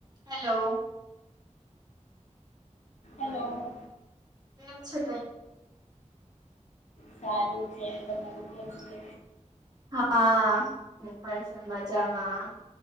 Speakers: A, on the right; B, on the left.
A: Hello
B: hello
A: કેમ છે
B: સારું છે તમારું કેમ છે
A: હા એ પણ છે મજામા